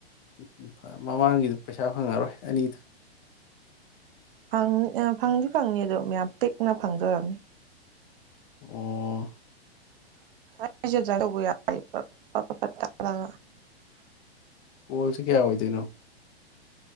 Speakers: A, on the left (about 30°); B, on the right (about 55°).
A: ꯎꯝ ꯎꯝ ꯃꯃꯥꯡꯒꯤꯗꯨ ꯄꯩꯁꯥ ꯐꯪꯉꯔꯣꯏ ꯑꯅꯤꯗꯨ꯫
B: ꯐꯪꯅꯤ ꯑ ꯐꯪꯗꯤ ꯐꯪꯅꯤ ꯑꯗꯣ ꯃꯌꯥꯝ ꯄꯤꯛꯅ ꯐꯪꯗꯣꯏꯔꯝꯅꯤ꯫
A: ꯑꯣ꯫
B: <unintelligible>
A: ꯀꯣꯜꯁꯤ ꯀꯌꯥ ꯑꯣꯏꯗꯅꯣ꯫